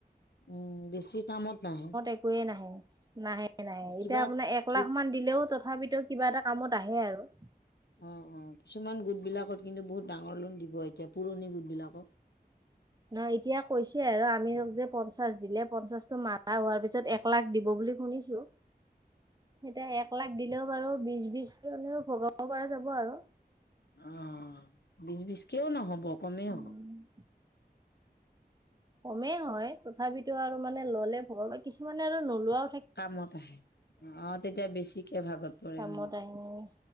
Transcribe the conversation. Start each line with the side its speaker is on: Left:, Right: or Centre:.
Left: উম, বেছি কামত নাহে।
Right: একোৱে নাহে নাহে, নাহে, এতিয়া
Left: কিবা
Right: আপোনাৰ একলাখ
Left: কি
Right: মান দিলেও তথাপিতো কিবা এটা কামত আহে আৰু
Left: অ, অ, কিছুমান গোট বিলাকত কিন্তু বহুত ডাঙৰ লোন দিব এতিয়া পুৰণি গোট- বিলাকক।
Right: নহ, এতিয়া কৈছে আৰু আ- মি যে পঞ্চাশ দিলে পঞ্চাশতটো মা ৰা হোৱাৰ পিছত এক লাখ দিব বুলি শুনিছো। এতিয়া এক লাখ দিলেও বাৰু বিশ-বিশকে হলেও ভগাব পৰা যাব আৰু
Left: অ' বিশ-বিশকেও নহ'ব কমে
Right: উম
Left: হ'ব।
Right: কমেই হয় তথাপিতো আৰু মানে ললে ভগাব কিছুমানে আৰু নোলোৱা
Left: কামত আহে অ' তেতিয়া বেছিকে ভাগত পৰে
Right: কামত
Left: উম।
Right: আহি মেলি।